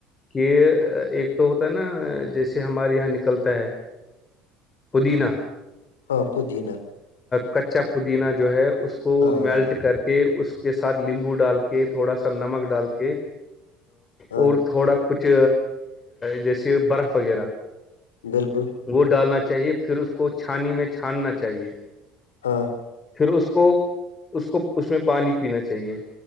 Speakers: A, on the left (about 25°); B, on the left (about 75°).
A: کہ ایک تو ہوتا ہے نا جیسے ہمارے یہاں نکلتا ہے پودینہ
B: ہاں پودینا
A: کچا پودینہ جو ہے اس کو
B: ہاں
A: میلٹ
B: ہاں
A: کر کے کہ اس کے ساتھ لیمبو ڈال کے تھوڑا سا نمک ڈال کے
B: ہاں
A: اور تھوڑا کچھ جیسے برف وغیرہ
B: بالکل
A: وہ ڈالنا چاہیے پھر اس کو چھانی میں چھاننا چاہیے
B: ہاں
A: پھر اس کو اس کو اس میں پانی پینا چاہیے